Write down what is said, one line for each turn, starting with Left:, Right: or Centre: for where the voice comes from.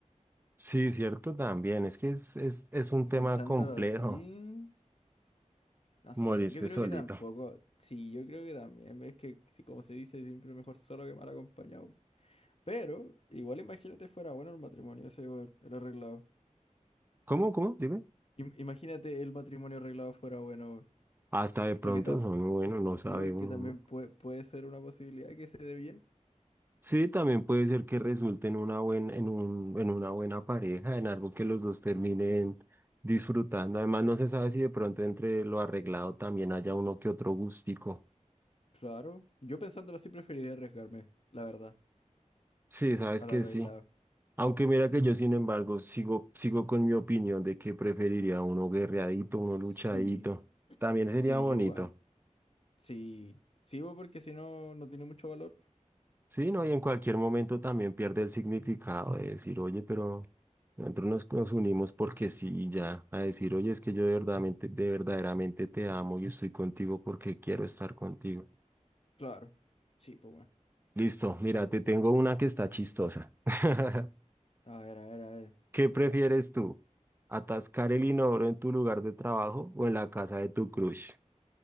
Right: Sí, cierto, también. Es que es, es, es un
Left: si
Right: tema
Left: Pensándolo
Right: complejo,
Left: así, no
Right: morirse
Left: sé, yo creo
Right: solito.
Left: que tampoco. Sí, yo creo que también. Es que, si como se dice, siempre mejor solo que mal acompañado. Pero igual imagínate fuera bueno el matrimonio ese, weón, el arreglado.
Right: ¿Cómo? ¿Cómo? Dime.
Left: Im- imagínate el matrimonio arreglado fuera bueno, weón.
Right: Hasta de pronto
Left: Porque, tam
Right: son, bueno, no sabe
Left: sí, porque
Right: uno,
Left: también
Right: ¿no?
Left: puede, puede ser una posibilidad que se dé bien.
Right: Sí, también puede ser que resulte en una buen, en un, en una buena pareja, en algo que los dos terminen disfrutando. Además, no se sabe si de pronto entre lo arreglado también haya uno que otro gustico.
Left: Claro, yo pensándolo así preferiría arriesgarme, la verdad,
Right: Sí, sabes
Left: al
Right: que
Left: arreglado.
Right: sí. Aunque mira que yo, sin embargo, sigo, sigo con mi opinión de que preferiría uno guerreadito, uno luchadito.
Left: Sí,
Right: También sería
Left: sí,
Right: bonito.
Left: yo igual. Sí, sí, weón, porque si no, no tiene mucho valor.
Right: Sí, ¿no? Y en cualquier momento también pierde el significado de decir, oye, pero nosotros nos, nos unimos porque sí, y ya. A decir, oye, es que yo de verdaderamente, de verdaderamente te amo y estoy contigo porque quiero estar contigo.
Left: Claro, sí, pues bueno.
Right: Listo, mira, te tengo una que está chistosa. <laughs>
Left: A ver, a ver, a ver.
Right: ¿Qué prefieres tú? ¿Atascar el inodoro en tu lugar de trabajo o en la casa de tu crush?